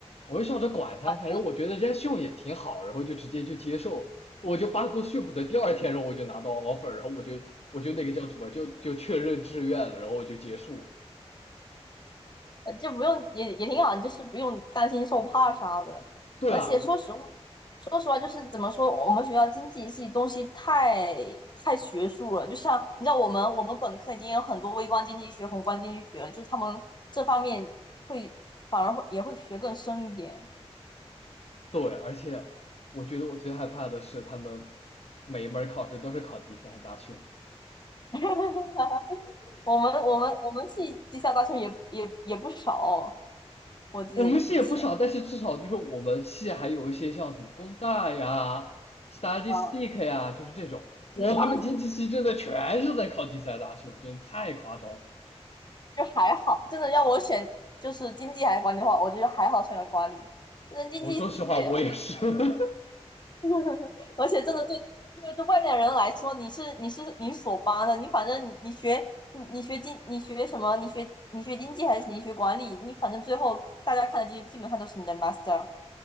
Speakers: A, on the left (about 70°); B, on the left (about 40°).
A: 我就想着管他，反正我觉得人家秀也挺好，
B: 对
A: 然后就直接就接受，我就八股 ship 的第二天，然后我就拿到 offer，然后我就我就那个叫什么，就就确认志愿了，然后我就结束。
B: 呃就不用也也挺好，就是不用担心受怕啥的。
A: 对啊，
B: 而且说实话，
A: 我
B: 说实话就是怎么说，我们学校经济系东西太太学术了，就像你知道我们我们本科已经有很多微观经济学、宏观经济学了，就是他们这方面会反而会也会学更深一点。
A: 对，而且我觉得我最害怕的是他们每一门考试都是考第三大凶。
B: <laughs> 我们我们我们系地下大学也不也也不少，我记得以前，
A: 我们系也不少，但是至少就是我们系还有一些像什么工大呀、s t u d
B: 啊，
A: y s t i c k 呀，就是这种。我他们经济系真的全是在考第三大修，
B: 文上
A: 真的太夸张
B: 就还好，真的要我选就是经济还是管理的话，我觉得还好选了管理。但是经济系我，
A: 我说实话，我也是。<laughs>
B: <laughs> 而且真的对对对外面人来说，你是你是你是所八的，你反正你你学你你学经你学什么，你学你学经济还是你学管理，你反正最后大家看的基基本上都是你的 master。